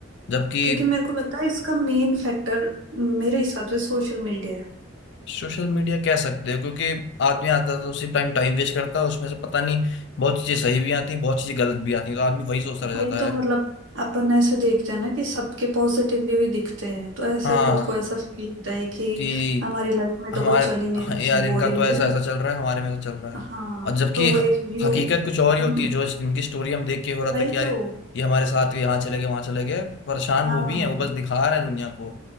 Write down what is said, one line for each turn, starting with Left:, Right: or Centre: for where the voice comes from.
Left: जबकि
Right: क्योंकि मेरे को लगता है इसका मेन फैक्टर मेरे हिसाब से सोशल मीडिया है
Left: सोशल मीडिया कह सकते हो क्योंकि आदमी आता था तो उसी टाइम टाइम वेस्ट करता है उसमें से पता नहीं बहुत चीजें सही भी आती हैं बहुत चीजें गलत भी आती हैं तो आदमी वही सोचता रह जाता
Right: वही तो
Left: है
Right: मतलब अपन ऐसे देखते हैं ना कि सबके पॉजिटिव व्यू ही दिखते हैं तो ऐसे
Left: हाँ
Right: खुद को ऐसा फील होता है कि
Left: कि
Right: हमारी लाइफ में
Left: हमारे
Right: तो कुछ चल ही नहीं
Left: हाँ,
Right: रहा
Left: यार
Right: सब बोरिंग
Left: इनका तो ऐसा
Right: है
Left: ऐसा चल रहा है हमारे में ऐसा चल रहा है
Right: हाँ
Left: और जबकि
Right: तो वो
Left: ह-
Right: एक व्यू
Left: हकीकत कुछ और ही
Right: हम्म
Left: होती है जो इस- इनकी स्टोरी हम देख के हो रहा
Right: वही
Left: था कि यार
Right: तो
Left: ये हमारे साथ यहाँ चले गए वहां चले गए परेशान
Right: हाँ
Left: वो भी हैं वो बस दिखा रहे हैं दुनिया को